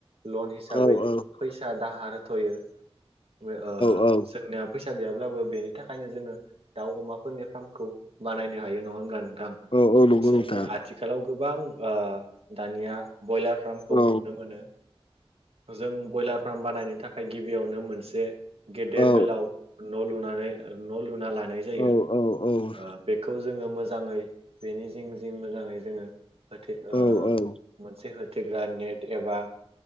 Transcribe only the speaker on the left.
औ
औ
औ औ नंगौ
नोंथां
औ
औ
औ औ
औ औ